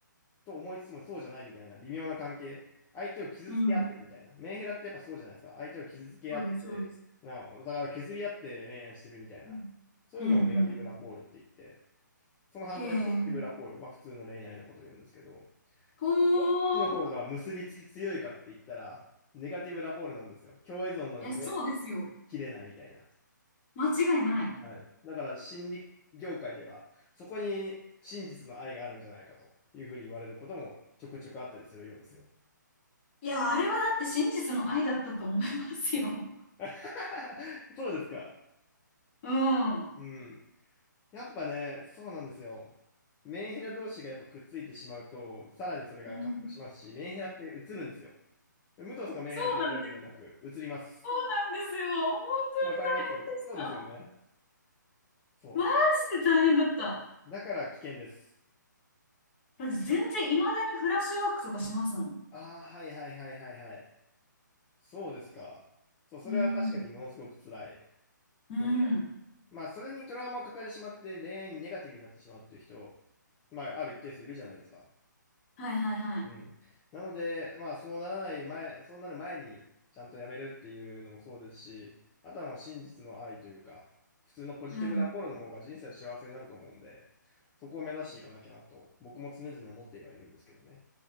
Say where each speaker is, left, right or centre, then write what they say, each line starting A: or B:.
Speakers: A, on the left; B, on the left.
A: と思いつつもそうじゃないみたいな微妙な関係。相手を傷つけ合ってるみたいな。
B: うん。
A: メンヘラってやっぱそうじゃないですか。相手を傷つけ合って、
B: そうです、そうです。
A: なんかお互いを削り合って恋愛してるみたいな。
B: うん。
A: そういうのをネガティブラポールって言って、
B: うん、うん。
A: その反対をポジティブラポール、
B: へえ。
A: まあ普通の恋愛のことを言うんですけど、
B: ほ
A: どっちの方が結びつき強いかって言ったら、
B: ー。
A: ネガティブラポールなんですよ。共依存なので
B: いや、そうですよ。
A: 切れないみたいな。
B: 間違いない。
A: はい。だから心理業界では、そこに真実の愛があるんじゃないかというふうに言われることもちょくちょくあったりするようですよ。
B: いや、あれはだって真実の愛だったと思いますよ。
A: <laughs> そうですか。
B: うん。
A: うん。やっぱね、そうなんですよ。メンヘラ同士がやっぱくっついてしまうと、さらにそれが加速しますし、
B: うん
A: メンヘラって映るんですよ。武藤さんがメンヘラと言ってるわけではなく、
B: そうなんですよ。
A: 映ります。
B: そうなんですよ。本当に大変でした。
A: わかりますそうですよね。そ
B: マジで大変だった。
A: う。だから危険です。
B: だって全然、未だにフラッシュバックとかしますもん。
A: ああ、はいはいはいはいはい。そうですか。そう、それは確かにものすごく辛い
B: うん。うん。
A: ので、まあ、それにトラウマを抱えてしまって恋愛にネガティブになってしまうっていう人、まあ、ある一定数いるじゃないですか。
B: はいはいはい。
A: うん。なので、まあ、そうならない前、そうなる前に、ちゃんとやめるっていうのもそうですし、あとはもう真実の愛というか、普通のポジティブラポロの方が人生は幸せになると思うんで、
B: うん。
A: そこを目指していかなきゃなと、僕も常々思ってはいるんですけどね。